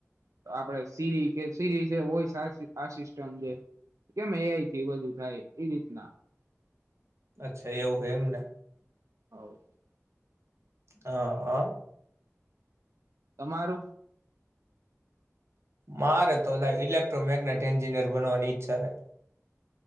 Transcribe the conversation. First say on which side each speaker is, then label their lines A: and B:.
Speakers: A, on the right (about 85°); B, on the right (about 60°).
A: આપણેે સીરી કે સીરી વો આસિસ્ટ છે કેમ એથી બધું થાય એ રીતના
B: અચ્છા એવું એમ ને
A: <inaudible>
B: હા હા
A: તમારું
B: મારે તો લ ઇલેક્ટ્રોમેગ્નેટ એન્જિનિયર બનવાની ઈચ્છા છે